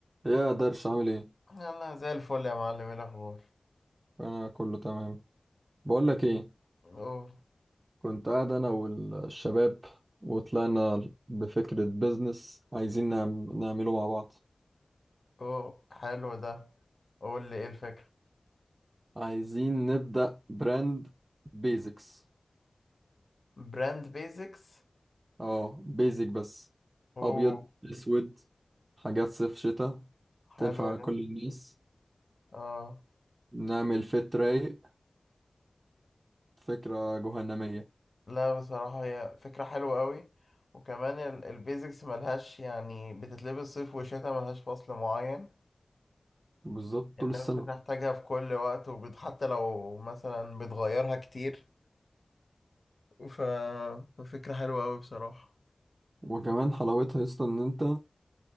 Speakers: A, on the right (about 50°); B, on the left (about 50°).
A: يا درش عامل ايه
B: انا زي الفل يا معلم ايه الاخبار
A: انا كله تمام بقول لك ايه
B: أهو. اوه
A: كنت قاعد انا والشباب وطلعنا بفكرة بيزنس عايزين نعم- نعمله مع بعض
B: اوه حلو ده قول لي ايه الفكره
A: عايزين نبدأ براند بيزكس
B: براند بيزكس
A: اه بيزك بس
B: اوه
A: ابيض اسود حاجات صيف شتاء
B: حلو
A: تنفع
B: ده
A: كل الناس
B: اه
A: نعمل فت رايق فكرة جهنمية
B: لا بصراحه هي فكره حلوه قوي وكمان ال- البيزكس ملهاش يعني بتتلبس صيف وشتاء ملهاش فصل معين
A: بالظبط
B: الناس
A: طول السنة
B: بتحتاجها في كل وقت وبت- حتى لو مثلا بتغيرها كتير ف... ففكره حلوه قوي بصراحه
A: وكمان حلاوتها اصلا ان انت